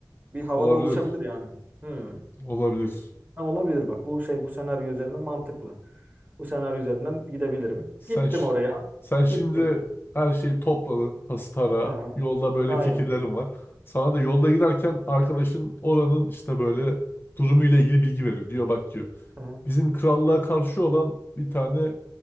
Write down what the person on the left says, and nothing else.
olabilir.
Olabilir.
Sen
ş-
sen şimdi
her şeyi topladın hastara.
Yolda böyle
fikirlerin var. Sana da yolda giderken arkadaşın oranın işte böyle durumuyla ilgili bilgi veriyor. Diyor bak diyor.
Bizim krallığa karşı olan bir tane